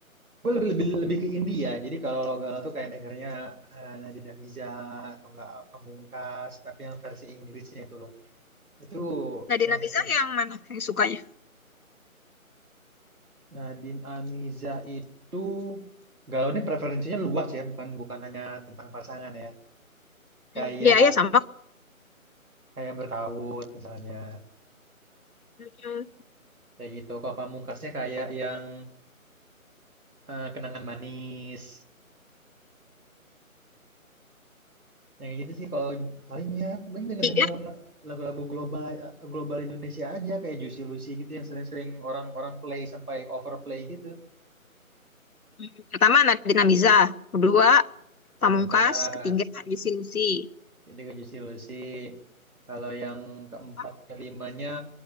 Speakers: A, on the right; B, on the left.
A: Gua lebih lebih lebih ke India ya. Jadi kalau lagu galau tuh kayak dengernya eh, Nadine Amiza atau enggak Pamungkas, tapi yang versi Inggrisnya itu loh. Itu
B: Nadine
A: yang
B: Mizar
A: versi
B: yang mana yang sukanya?
A: Nadine Amiza itu galau ini preferensinya luas ya, bukan bukan hanya tentang pasangan ya. Kayak
B: Hmm, Iya, iya sama.
A: Kayak Bertaut misalnya,
B: Hmm,
A: kayak gitu. Kalau Pamungkasnya kayak yang eh, Kenangan Manis. Yang kayak gitu sih kalau palingnya, paling denger-denger
B: Tiga.
A: lagu-lagu global eh, global Indonesia aja kayak Juicy Lucy gitu yang sering-sering orang-orang play sampai overplay gitu.
B: Hmm, Pertama Nadine Mizar, kedua
A: Pamungkas,
B: Pamungkas, ketiga Juicy Lucy.
A: jadi ke Juicy Lucy. Kalau yang keempat
B: Apa?
A: kelimanya